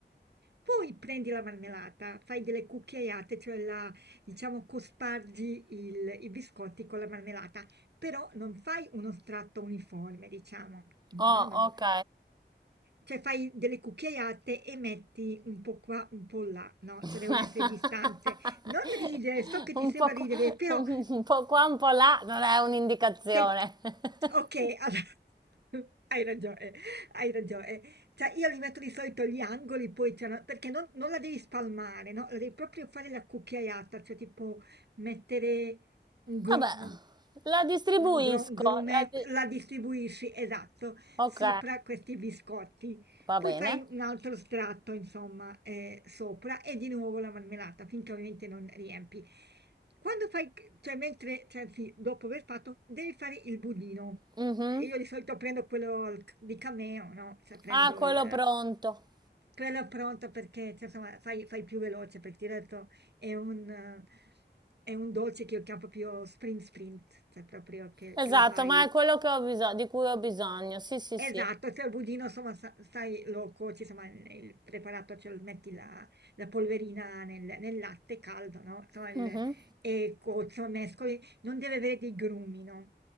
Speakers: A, on the right; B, on the right.
A: Poi prendi la marmellata, fai delle cucchiaiate, cioè la diciamo cospargi il i biscotti con la marmellata, però non fai uno strato uniforme, diciamo.
B: Oh,
A: No, no.
B: ok.
A: Cioè fai delle cucchiaiate e metti un po' qua, un po' là, no,
B: <laughs>
A: cioè devono essere distanze. Non ridere, so che
B: Un
A: ti sembra
B: po' qua,
A: ridere, però
B: un po' qua, un po' là, non è un'indicazione.
A: Tec-
B: <laughs>
A: ok, allora- <laughs> hai ragione, hai ragione. Cioè, io li metto di solito gli angoli, poi c'è una- perché non, non la devi spalmare, no? La devi proprio fare la cucchiaiata, cioè tipo mettere un gruppo,
B: Vabbè, la distribuisco.
A: un gru- grumet,
B: la di-
A: la distribuisci, esatto,
B: Ok,
A: sopra questi biscotti.
B: va
A: Poi
B: bene.
A: fai un altro strato, insomma, eh, sopra e di nuovo la marmellata, finché ovviamente non riempi. Quando fai, cioè mentre, cioè, anzi, dopo aver fatto, devi fare il budino.
B: Mhm.
A: Io di solito prendo quello al- di Cameo, no? Cioè prendo
B: Ah, quello
A: il...
B: pronto.
A: quello pronto perché, cioè, insomma, fai, fai più veloce, perché ti ho detto, è un, eh, è un dolce che io chiamo proprio sprint sprint, cioè proprio che,
B: Esatto,
A: che lo fai
B: ma è quello che ho bisogno, di cui ho bisogno. Sì, sì,
A: Esatto,
B: sì.
A: cioè il budino insomma sa sai lo cuoci, insomma il il preparato, cioè lo metti la la polverina nel nel latte caldo, no, insomma il
B: Mhm.
A: e cuoci, insomma mescoli, non deve avere dei grumi, no,